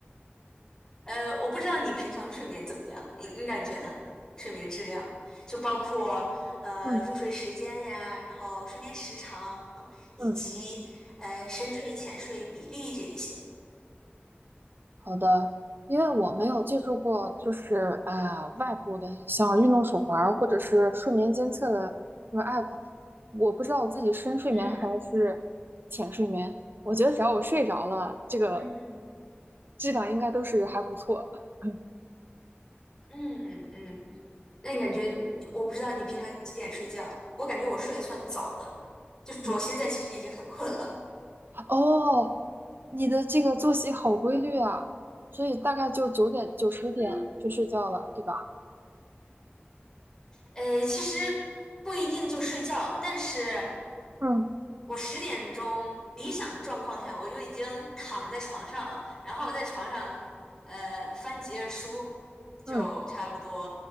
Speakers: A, on the left; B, on the right.
A: 呃，我不知道你平常睡眠怎么样，你你感觉呢？睡眠质量就包括呃入睡时间呀，
B: 嗯
A: 然后睡眠时长，以及呃深睡浅睡比例这一些。
B: 嗯，好的，因为我没有借助过就是啊、外部的像运动手环儿或者是睡眠监测的那个 app，我不知道我自己深睡眠还是浅睡眠。
A: 嗯
B: 我觉得只要我睡着了，这个
A: 嗯
B: 质量应该都是还不错。<laughs>
A: 嗯嗯，那你感觉你我不知道你平常几点睡觉，
B: 对，
A: 我感觉我睡得算早的，就是我现在其实已经很困了。
B: 嗯。哦，你的这个作息好规律啊，所以大概就九点九十点就睡觉了，
A: 嗯。
B: 对吧？
A: 呃，其实不一定就睡觉，但是
B: 嗯
A: 我十点钟理想状况下我就已经躺在床上了，然后我在床上呃翻几页书，
B: 嗯，
A: 就差不多